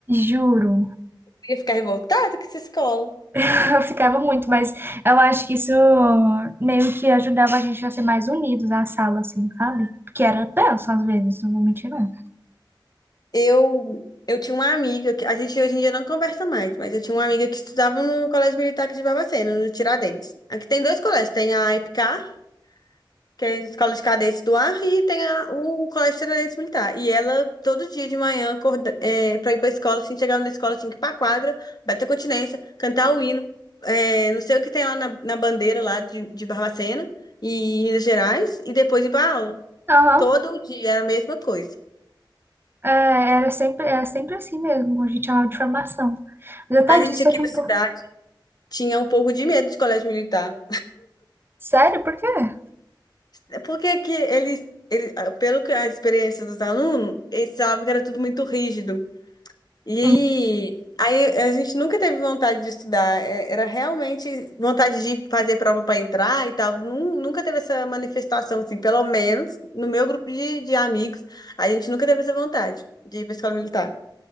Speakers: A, on the right; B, on the left.
A: Juro,
B: ia ficar revoltada com essa escola.
A: <laughs> eu ficava muito, mas eu acho que isso meio que ajudava a gente a ser mais unidos na sala, assim, sabe? Porque era tenso às vezes, não vou mentir, não.
B: Eu, eu tinha uma amiga, que a gente hoje em dia não conversa mais, mas eu tinha uma amiga que estudava no Colégio Militar aqui de Barbacena, no Tiradentes. Aqui tem dois colégios, tem a EPCAR, que é a Escola de Cadetes do Ar, e tem a- o Colégio Tiradentes Militar. E ela, todo dia de manhã, acorda, é, para ir pra escola, assim, chegava na escola, tinha que ir pra quadra, bater continência, cantar o hino, é, não sei o que tem lá na, na bandeira lá de, de Barbacena e Minas Gerais, e depois ir pra aula.
A: Aham,
B: Todo dia era a mesma coisa.
A: É, era sempre, era sempre assim mesmo, a gente chamava de formação. Apesar
B: A gente
A: disso,
B: aqui
A: eu tô
B: na
A: um
B: cidade
A: pouco.
B: tinha um pouco de medo de colégio militar.
A: Sério? Por quê?
B: É Porque que eles, eles, ah, pelo que a experiência dos alunos, eles falavam que era tudo muito rígido. E
A: Hum.
B: aí a gente nunca teve vontade de estudar. É, Era realmente vontade de fazer prova para entrar e tal. Nun- Nunca teve essa manifestação, assim, pelo menos no meu grupo de, de amigos, a gente nunca teve essa vontade de ir para escola militar.